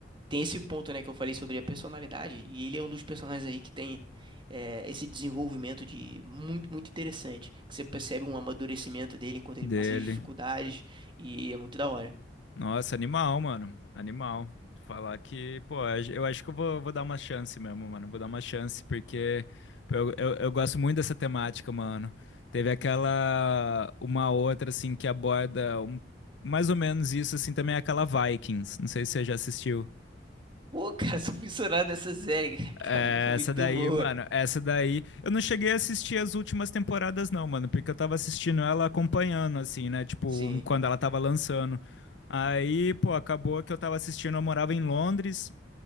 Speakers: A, on the right; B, on the left.
A: tem esse ponto, né, que eu falei sobre a personalidade, e ele é um dos personagens aí que tem é, esse desenvolvimento de muito, muito interessante, que você percebe um amadurecimento dele enquanto ele
B: dele.
A: passa as dificuldades, e é muito da hora.
B: Nossa, animal, mano. Animal. Falar que, pô, eu acho que eu vou, vou dar uma chance mesmo, mano. Vou dar uma chance, porque pô, eu, eu, eu gosto muito dessa temática, mano. Teve aquela, uma outra, assim, que aborda um- mais ou menos isso, assim, também é aquela Vikings. Não sei se você já assistiu.
A: Pô, cara, <laughs> sou fissurado nessa série,
B: É,
A: cara, <laughs> tá muito
B: Essa daí,
A: boa.
B: mano, essa daí. Eu não cheguei a assistir as últimas temporadas, não, mano, porque eu tava assistindo ela acompanhando, assim, né? Tipo,
A: Sim.
B: um- quando ela tava lançando. Aí, pô, acabou que eu tava assistindo, eu morava em Londres.